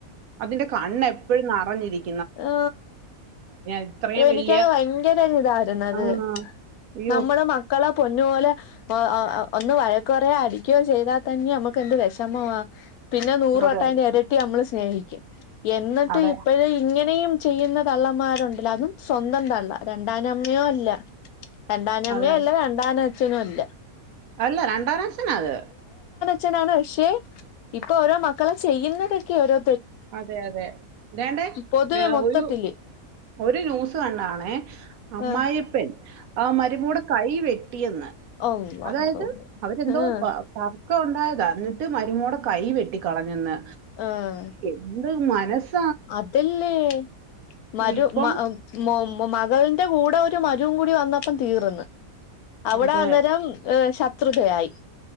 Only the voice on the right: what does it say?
അതിന്റെ കണ്ണ് എപ്പഴും നെറഞ്ഞിരിക
ഇത്രയും
വലിയ
ആ അയ്യോ
അതെ
അതെ
അത്
അല്ല രണ്ടാനഛനാ അത്
അതെ അതെ ദേണ്ടെ
ഒരു ഒരു ന്യൂസ് കണ്ടാണേ അമ്മായിപ്പൻ
ആ മരുമോടെ കൈ <unintelligible> <unintelligible>
അതായത് അവരെന്തോ
തർക്കം ഉണ്ടായതാ ഇട്ട് മരുമോടെ കൈ വെട്ടി കളഞ്ഞെന്ന്
എന്ത് മനസ്
ഇപ്പം
അതെ